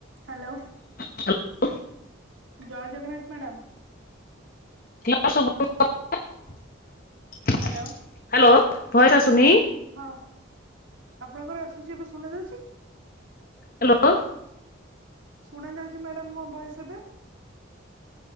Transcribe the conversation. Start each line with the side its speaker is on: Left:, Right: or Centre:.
Right: Hello.
Left: Hello.
Right: ଜୟ Jagannath madam.
Left: <unintelligible>
Right: Hello.
Left: Hello voice ଆସୁନି।
Right: ହଁ ଆପଣଙ୍କର ଆସୁଛି ଏବେ ଶୁଣ ଯାଉଛି।
Left: ହ୍ୟାଲୋ।
Right: ଶୁଣା ଯାଉଛି ମ୍ୟାଡାମ ମୋ ଭଏସ ଏବେ